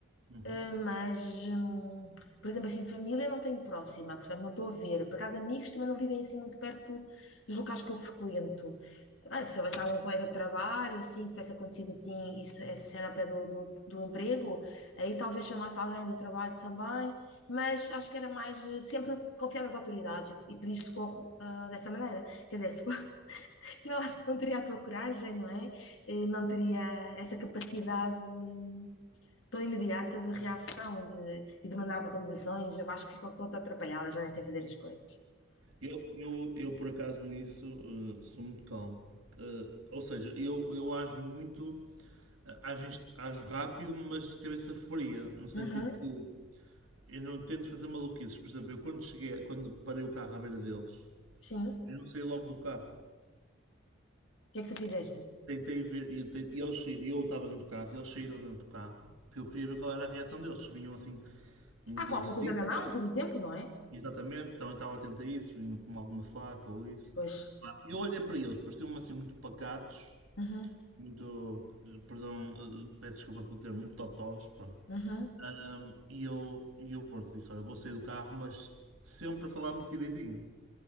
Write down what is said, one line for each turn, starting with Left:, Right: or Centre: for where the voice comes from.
Right: Uhum.
Left: Uh, mas, hum, por exemplo, assim, família não tenho próxima, portanto não estou a ver. Por acaso, amigos também não vivem assim muito perto dos locais que eu frequento. Ah, se houvesse algum colega de trabalho, assim, tivesse acontecido assim, isso, essa cena a pé do, do, do emprego, aí talvez chamasse alguém do trabalho também, mas acho que era mais eh, sempre confiar nas autoridades e, e pedir socorro, ah, dessa maneira. Quer dizer, se for, <laughs> não, acho que não teria a tua coragem, não é? Eh, não teria essa capacidade. hum, tão imediata de reação e de, e de mandar localizações, eu acho que ficou toda atrapalhada, já nem sei fazer as coisas.
Right: Eu, eu, eu, por acaso, nisso eh, sou muito calmo. Eh, ou seja, eu, eu ajo muito, eh, ajo, inst- ajo rápido, mas de cabeça fria, no sentido
Left: Uhum,
Right: que eu não tento fazer maluquices. Por exemplo, eu quando cheguei, quando parei o carro à beira deles,
Left: sim. O
Right: eu não saí logo do carro.
Left: que é que tu fizeste?
Right: Tentei ver, e eu, te- e eles, saí- e eu estava dentro do carro, e eles saíram dentro do carro, porque eu queria ver qual era a reação deles. Se vinham assim, muito
Left: Ah, com
Right: agressivos,
Left: alguma coisa na mão,
Right: né?
Left: por exemplo, não é?
Right: exatamente, então eu estava atento a isso, vinham com alguma faca ou isso.
Left: Pois.
Right: Pá, Eu olhei para eles, pareciam-me assim muito pacatos,
Left: Uhum,
Right: muito, eh, perdão, eh, peço desculpa pelo termo, muito totós, pronto.
Left: uhum.
Right: Ahm, e eu, e eu pronto, disse, olha, vou sair do carro, mas sempre a falar muito direitinho.